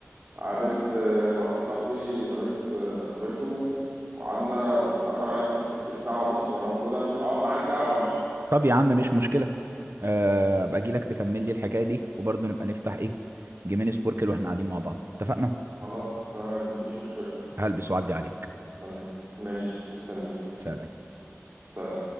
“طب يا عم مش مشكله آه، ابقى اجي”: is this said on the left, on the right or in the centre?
Right